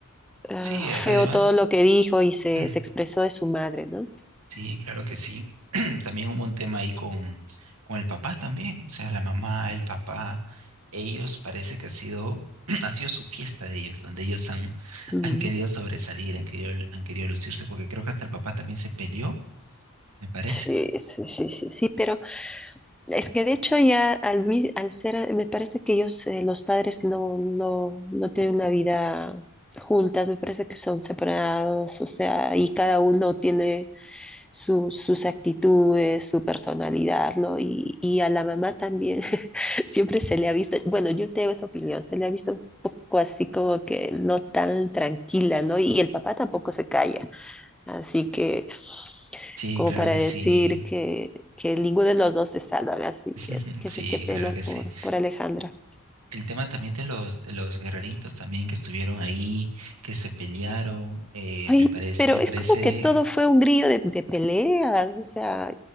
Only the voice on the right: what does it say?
Sí,
eh, además,
<clears throat>
sí, claro que sí. <clears throat> También hubo un tema ahí con, con el papá también. O sea, la mamá, el papá, ellos parece que ha sido, <clears throat> ha sido su fiesta de ellos, donde ellos han, <laughs>
han querido sobresalir, han querido, han querido lucirse, porque creo que hasta el papá también se peleó, me parece.
Sí,
claro
que
sí.
<laughs>
Sí,
claro que sí.
El tema también de los, de los guerreritos también que estuvieron ahí, que se pelearon, eh,
me parece,
me parece